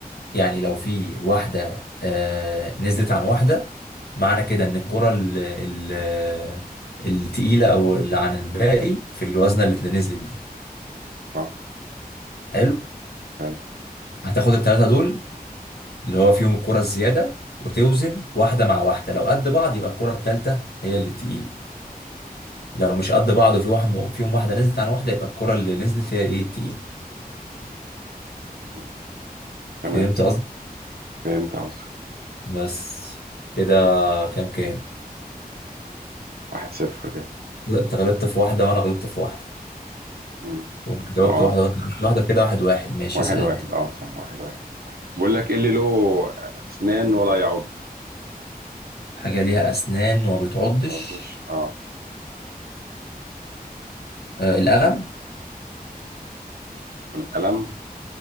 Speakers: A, on the left; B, on the right.
A: يعني لو في واحدة آه نزلت عن واحدة معنى كده ان الكرة ال- ال- التقيلة او اللي عن الباقي في الوزنة اللي نزلت دي
B: صح
A: حلو
B: حلو
A: هتاخد التلاتة دول اللي هو فيهم الكرة الزيادة وتوزن واحدة مع واحدة لو قد بعض يبقى الكرة التالتة هي اللي تقيلة لو مش قد بعض وفي واحد فيهم واحدة نزلت عن واحدة يبقى الكرة اللي نزلت هي ايه التقيلة
B: مم.
A: فهمت
B: تمام
A: قصدي
B: فهمت قصدك
A: بس كده كام كام
B: واحد صفر كده
A: انت غلطت في واحدة وانا غلطت في واحدة
B: مم.
A: وجاوبت
B: اه
A: واحدة وانت غلطت في واحدة في كده واحد واحد ماشي
B: واحد
A: اسأل
B: واحد
A: انت
B: اه صح واحد واحد بقول لك ايه اللي له اسنان ولا يعض
A: حاجة ليها أسنان وما بتعضش
B: ما يعضش اه
A: آه القلم
B: والقلم